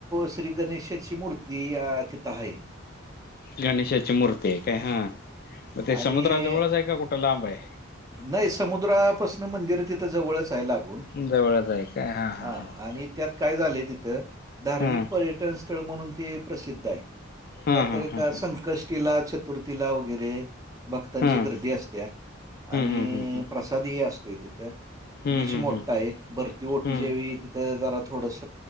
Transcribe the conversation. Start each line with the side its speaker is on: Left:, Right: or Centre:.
Right: श्री गणेशाची मूर्ती आ तिथ हाय.
Left: गणेशाची मूर्ती आहे काय हा मग ते
Right: आणि
Left: समुद्राजवळच आहे का कुठं लांब आहे.
Right: नाही समुद्रापासून मंदिर तिथं जवळच हाय लाग लागून
Left: जवळच आहे काय हा हा
Right: आ
Left: हा
Right: आणी त्यात काय झालय तिथं धर्मिक
Left: हा
Right: पर्य टन स्थळ म्हणून ते प्रसिद्ध हाय
Left: हा
Right: त्यात
Left: हा हा हा हा
Right: संकष्टी ला छ चतुर्थीला वगैरे भक्तांची
Left: हम्म
Right: गर्दी असत्या. आणि
Left: हम्म हम्म
Right: प्रसादही असतोय तिथं
Left: हम्म
Right: बीच
Left: हम्म
Right: मोठा आहे भरती ओटी
Left: हम्म
Right: च्यावेळी तिथं जरा थोडस